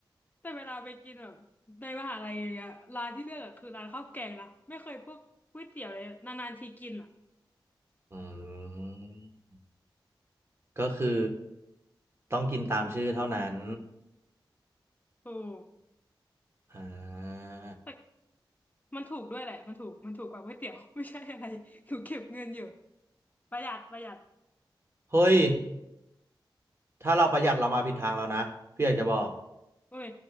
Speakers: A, on the left; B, on the right.
A: แต่เวลาไปกินแบบในมหาลัยอย่างเงี้ยร้านที่เลือกอะคือร้านข้าวแกงนะไม่เคยพวกก๋วยเตี๋ยวเลยอะนานๆทีกินอะ
B: อืมก็คือต้องกินตามชื่อเท่านั้น
A: ถูก
B: อ่า
A: แต่มันถูกด้วยแหละมันถูกมันถูกกว่าก๋วยเตี๋ยว <laughs> ไม่ใช่อะไร <laughs> หนูเก็บเงินอยู่ประหยัดประหยัด
B: เฮ้ยถ้าเราประหยัดเรามาผิดทางแล้วนะพี่อยากจะบอก
A: อุ้ย